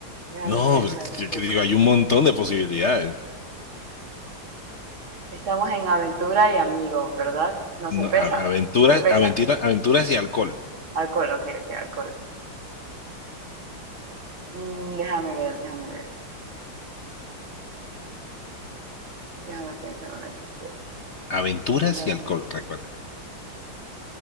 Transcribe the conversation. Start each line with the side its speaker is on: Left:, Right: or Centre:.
Right: Déjame
Left: No,
Right: pensar
Left: pues,
Right: un
Left: que
Right: poco.
Left: que digo, hay un montón de posibilidades.
Right: Estamos en aventura y amigos, ¿verdad? No, cerveza.
Left: No, a- aventuras,
Right: Cerveza.
Left: aventura- aventuras y alcohol.
Right: Alcohol, ok, ok, alcohol. Mm, déjame ver, déjame ver. Déjame pensar una que esté
Left: Aventuras
Right: en la
Left: y alcohol,
Right: ciudad.
Left: recuerda.